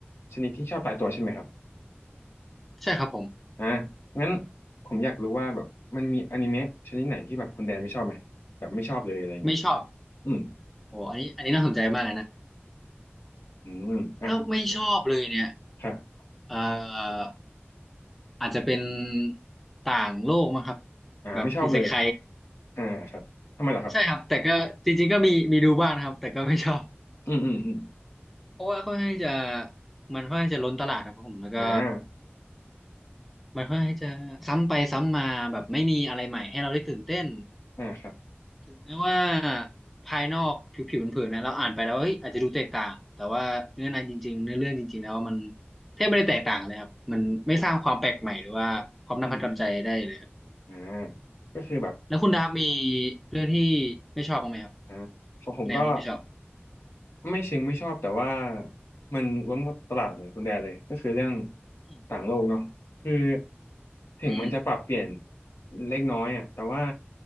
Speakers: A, on the left; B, in the centre.
A: ชนิดที่ชอบตายตัวใช่ไหมครับ
B: ใช่ครับผม
A: อ่างั้นผมอยากรู้ว่าแบบมันมีอนิเมะชนิดไหนที่แบบคณแดนไม่ชอบไหมแบบไม่ชอบเลยอะไรอย่างงี้
B: ไม่ชอบ
A: อืม
B: โอ้อันนี้อันนี้น่าสนใจมากเลยนะ
A: อืมอ่ะ
B: ถ้าไม่ชอบเลยเนี่ย
A: ครับ
B: เอ่ออาจจะเป็นต่างโลกมั้งครับ
A: อ่าไม่ชอบเลย
B: แบบอิเซไค
A: อ่าครับทำไมล่ะครับ
B: ใช่ครับแต่ก็จริงๆก็มีมีดูบ้างนะครับแต่ก็ไม่ชอบ
A: อืมอืมอืม
B: เพราะว่าค่อนข้างจะมันค่อนข้างจะล้นตลาดครับผมแล้วก็
A: อ่า
B: มันค่อนข้างจะซ้ำไปซ้ำมาแบบไม่มีอะไรใหม่ให้เราได้ตื่นเต้น
A: อ่าครับ
B: ถึงแม้ว่าภายนอกผิวๆเผินๆนะเราอ่านไปแล้วเฮ้ยอาจจะดูแตกต่างแต่ว่าเนื้อในจริงๆเนื้อเรื่องจริงๆแล้วมันแทบไม่ได้แตกต่างเลยครับมันไม่สร้างความแปลกใหม่หรือว่าความน่าประทับใจได้เลยครับ
A: อืมอืมอ่าก็คือแบบ
B: แล้วคุณดาบมีเรื่องที่ไม่ชอบบ้างไหมครับ
A: อ่าของผมก็
B: แนวที่ไม่ชอบ
A: ไม่เชิงไม่ชอบแต่ว่ามันล้วนตลาดเหมือนคุณแดนเลยก็คือเรื่อง
B: อืม
A: ต่างโลกเนาะคือถึงมันจะปรับเปลี่ยน
B: อืม
A: เล็กน้อยอ่ะแต่ว่า